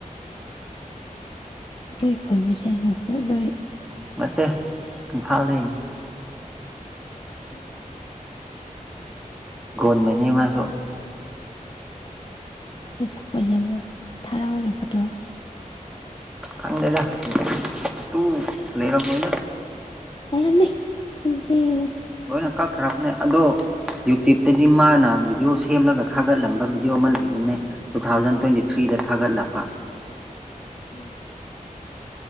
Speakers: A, on the left; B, in the centre.
A: ꯅꯣꯏ ꯈꯨꯜꯃꯁꯦꯜ ꯉꯥꯛꯇ ꯅꯣꯏ
B: ꯅꯠꯇꯦ ꯏꯝꯐꯥꯜ ꯗꯩꯅꯦ
A: ꯎꯝ ꯍꯨꯝ
B: ꯒꯣꯟꯃꯩꯅꯦ ꯃꯥꯁꯨ
A: ꯃꯁꯛ ꯐꯖꯕ꯭ꯔꯣ ꯊꯥꯔꯛꯎꯅꯦ ꯐꯣꯇꯣ
B: ꯈꯪꯗꯦꯗ <unintelligible> ꯐꯣꯇꯨ ꯂꯩꯔꯝꯃꯣꯏꯗ
A: ꯂꯩꯔꯝꯅꯤ ꯆꯤꯟ ꯊꯤꯒꯅꯨ
B: ꯂꯣꯏꯅ ꯀꯛꯈ꯭ꯔꯕꯅꯦ ꯑꯗꯣ ꯌꯨꯇ꯭ꯌꯨꯕꯇꯗꯤ ꯃꯥꯅ ꯚꯤꯗꯤꯑꯣ ꯁꯦꯝꯔꯒ ꯊꯥꯒꯠꯂꯝꯕ ꯚꯤꯗꯤꯑꯣ ꯑꯃ ꯂꯩꯕꯅꯦ ꯇꯨ ꯊꯥꯎꯖꯟ ꯇ꯭ꯋꯦꯟꯇꯤ ꯊ꯭ꯔꯤꯗ ꯊꯥꯒꯠꯂꯛꯄ
A: ꯎꯝ